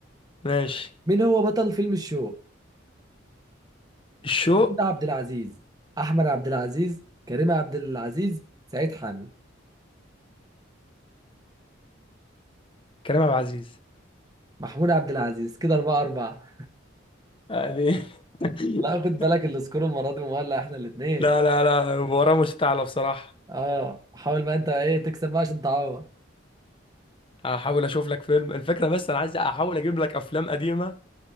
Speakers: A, on the left; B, on the right.
A: ماشي
B: مين هو بطل فيلم الشوق
A: الشوق
B: محمود عبد العزيز أحمد عبد العزيز كريم عبد العزيز سعيد حامد
A: كريم عبد العزيز
B: محمود عبد العزيز كده أربعة أربعة
A: يعني <laughs>
B: لا خد بالك السكور المرة دي مولع احنا الاتنين
A: لا لا لا وراه مستعلى بصراحه
B: اه حاول بقى انت ايه تكسب بقى عشان تعوض
A: هحاول اشوف لك فيلم الفكره بس انا عايز احاول اجيب لك افلام قديمه